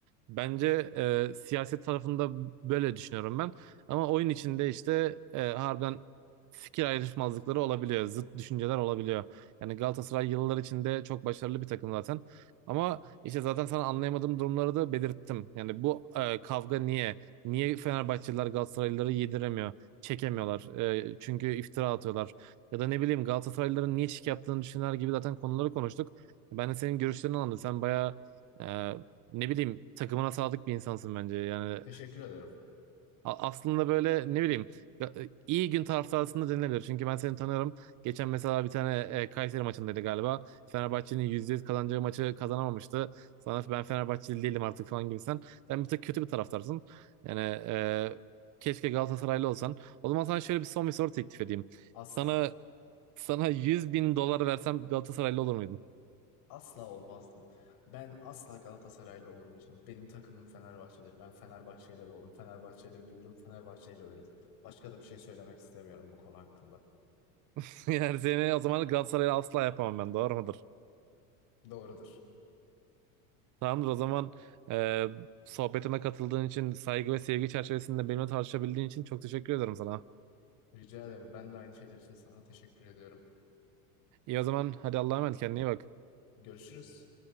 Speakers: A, on the right; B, on the left.
A: Bence e, siyaset tarafında böyle düşünüyorum ben. Ama oyun içinde işte e, harbiden fikir ayrışmazlıkları olabiliyor. Zıt düşünceler olabiliyor. Yani Galatasaray yıllar içinde çok başarılı bir takım zaten. Ama işte zaten sana anlayamadığım durumları da belirttim. Yani bu e, kavga niye? Niye Fenerbahçeliler Galatasaraylıları yediremiyor, çekemiyorlar? E, çünkü iftira atıyorlar. Ya da ne bileyim Galatasaraylıların niye şık yaptığını düşünenler gibi zaten konuları konuştuk. Ben de senin görüşlerini anladım. Sen bayağı e, ne bileyim takımına sadık bir insansın bence. Yani
B: Teşekkür ederim.
A: A- Aslında böyle ne bileyim ya- e, iyi gün taraftarısında denilebilir. Çünkü ben seni tanıyorum. Geçen mesela bir tane e, Kayseri maçındaydı galiba. Fenerbahçe'nin %100 kazanacağı maçı kazanamamıştı. Sana ben Fenerbahçeli değilim artık falan gibi Sen Sen bir tık kötü bir taraftarsın. Yani e, keşke Galatasaraylı olsan. O zaman sana şöyle bir son bir soru teklif edeyim.
B: Asla.
A: Sana sana yüz bin dolar versem Galatasaraylı olur muydun?
B: Asla olmazdım. Ben asla Galatasaraylı olmayacağım. Benim takımım Fenerbahçe'dir. Ben Fenerbahçe'yle doğdum. Fenerbahçe'yle büyürüm. Fenerbahçe'yle ölürüm. Başka da bir şey söylemek istemiyorum bu konu hakkında.
A: <laughs> Yani seni o zaman Galatasaraylı asla yapamam ben. Doğru mudur?
B: Doğrudur.
A: Tamamdır o zaman e, sohbetime katıldığın için saygı ve sevgi çerçevesinde benimle tartışabildiğin için çok teşekkür ederim sana.
B: Rica ederim. Ben de aynı şeyler için sana teşekkür ediyorum.
A: İyi o zaman hadi Allah'a emanet kendine iyi bak.
B: Görüşürüz.